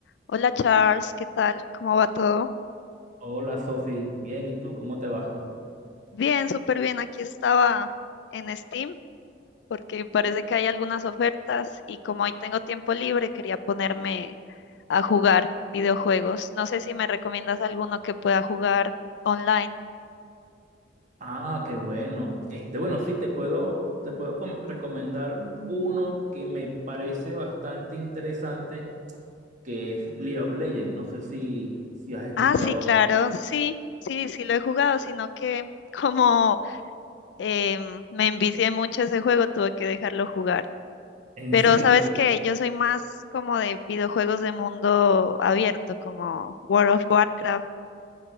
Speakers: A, on the left (about 70°); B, on the right (about 45°).
A: Hola Charles, ¿qué tal? ¿Cómo va todo?
B: Hola Sofi, bien, ¿y tú cómo te va?
A: Bien, súper bien. Aquí estaba en Steam porque parece que hay algunas ofertas y como hoy tengo tiempo libre, quería ponerme a jugar videojuegos. No sé si me recomiendas alguno que pueda jugar online.
B: Ah, qué bueno. Este, bueno, sí, te puedo, te puedo com- recomendar uno que me parece bastante interesante, que es League of Legends. No sé si, si has escuchado
A: Ah, sí, claro, sí, sí, sí lo he jugado, sino que como em, me envicié mucho ese juego, tuve que dejarlo jugar.
B: <laughs> en
A: Pero
B: serio.
A: sabes que yo soy más como de videojuegos de mundo abierto, como World of Warcraft.